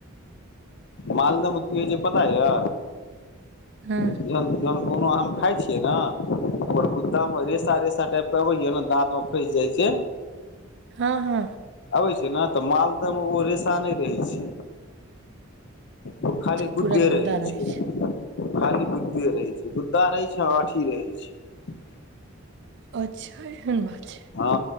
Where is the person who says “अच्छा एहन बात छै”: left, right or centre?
Right